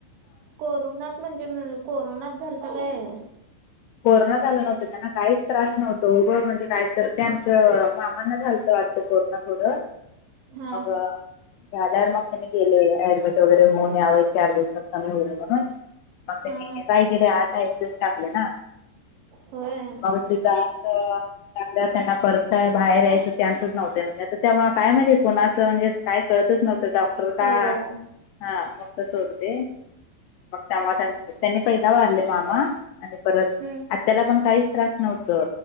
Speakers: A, on the right; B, on the left.
A: कोरोनात म्हणजे कोरोनात झाल तर काय
B: कोरोना झालं नव्हतं त्यांना काहीच त्रास नव्हतो उघं म्हणजे कायत ते आमचं मामांना झालतं वाटत कोरोना थोड
A: हा
B: झाल्यावर त्यांनी गेले ऍडमिट वगैरे होऊन याव चार दिवसात कमी होईल म्हणून मग त्याने
A: हा हा
B: काय केेले आत आय सीयु त टाकले ना.
A: होय.
B: मग तित आत टाकल्यावर त्यांना परत काय बाहेर यायच चान्सच नव्हते म्हणजे आ तेव काय माहिती कुणाचं म्हणजे काय कळतच नव्हतं डॉक्टर का
A: होय
B: हा मग तस होत ते. मग त्यांनी पहिला वारले मामा आणि परत
A: हम्म
B: आत्याला पण काहीच त्रास नव्हत